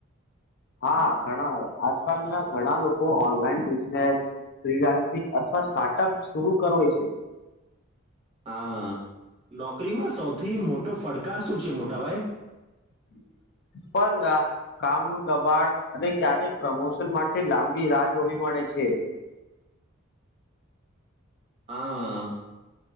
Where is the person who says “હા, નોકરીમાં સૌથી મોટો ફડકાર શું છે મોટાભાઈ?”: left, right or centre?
Right